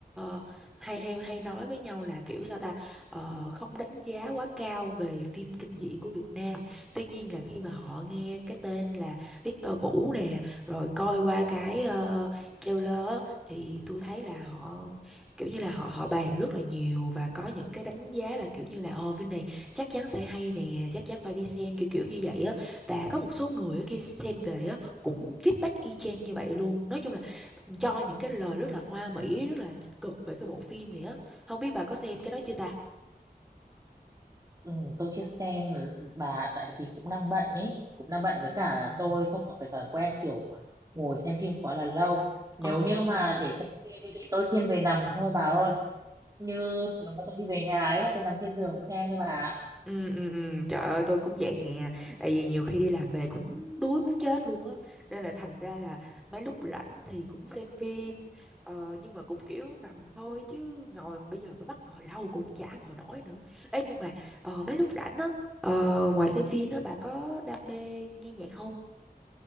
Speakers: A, in the centre; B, on the right.
A: ờ, hay hay hay nói với nhau là kiểu sao ta Ờ, không đánh giá quá cao về phim kinh dị của Việt Nam. Tuy nhiên là khi mà họ nghe cái tên là Victor Vũ nè, rồi coi qua cái ờ, trailer á, thì tôi thấy là họ kiểu như là họ họ bàn rất là nhiều và có những cái đánh giá là kiểu như là ồ phim này chắc chắn sẽ hay nè, chắc chắn phải đi xem kiểu kiểu như vậy á. Và có một số người á, khi xem về á cũng feedback y chang như vậy luôn nói chung là cho những cái lời rất là hoa mỹ rất là tích cực về cái bộ phim này á không biết bà có xem cái đó chưa ta
B: Ừ, tôi chưa xem bà tại vì cũng đang bận ý cũng đang bận
A: Ừm.
B: với cả tôi không có cái thói quen kiểu ngồi xem phim quá là lâu nếu
A: Trời Ồ.
B: như mà để xem phim thì tôi thiên về nằm thôi bà ơi như nếu mà tôi đi về nhà ấy là tôi nằm trên giường tôi xem thôi bà ạ.
A: ừ, ừ, ừ. <laughs> Trời ơi tôi cũng vậy nè Tại vì nhiều khi đi làm về cũng đuối muốn chết luôn á Nên là thành ra là mấy lúc rảnh thì cũng xem phim ờ, Nhưng mà cũng kiểu nằm thôi chứ ngồi bây giờ mà bắt ngồi lâu cũng chả ngồi nổi nữa Ê nhưng mà ờ, mấy lúc rảnh á ờ, Ngoài xem phim á bà có đam mê nghe nhạc không?